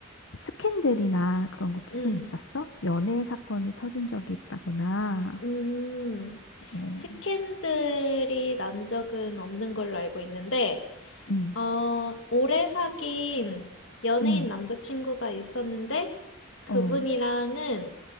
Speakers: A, on the left; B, on the left.
A: 스캔들이나 그런 것도
B: 음.
A: 좀 있었어? 연애 사건이 터진 적이 있다거나,
B: 음,
A: 어,
B: 스캔들이 난 적은 없는 걸로 알고 있는데,
A: 응,
B: 어, 오래 사귄 연예인
A: 응,
B: 남자친구가 있었는데, 그분이랑은,
A: 어,